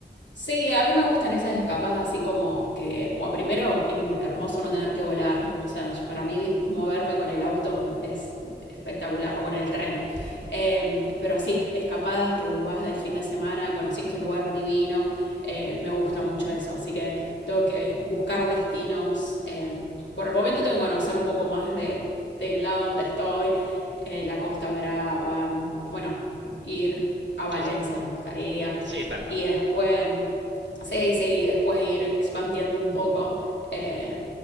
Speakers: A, on the left; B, on the right.
A: Sí, a mí me gustan esas escapadas así como que, bueno, primero, im- hermoso no tener que volar. O sea, para mí moverme con el auto es espectacular, o con el tren. Em, pero así, es- escapadas que vas del fin de semana, conociste un lugar divino, eh, me gusta mucho eso. Así que tengo que buscar destinos. em, por el momento tengo que conocer un poco más de, del lado donde estoy, eh, la Costa Brava, bueno, ir a Valencia
B: Sí, sí.
A: me gustaría.
B: Sí, está al lado.
A: Y después, sí, sí, después ir expandiendo un poco. eh,